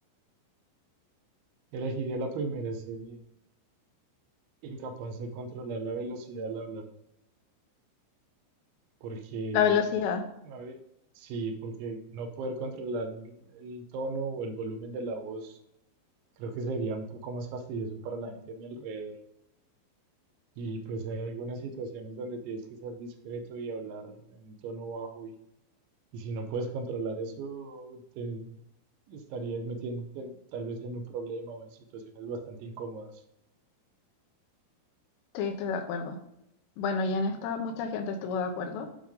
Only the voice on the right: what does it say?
elegiría la primera serie, incapaz de controlar la velocidad al hablar, porque,
a ver, sí, porque no poder controlar el el tono o el volumen de la voz, creo que sería un poco más fastidioso para la gente a mi alrededor. Y pues hay algunas situaciones donde tienes que ser discreto y hablar en un tono bajo y, y si no puedes controlar eso, te estarías metiéndote en- tal vez en un problema o en situaciones bastante incómodas.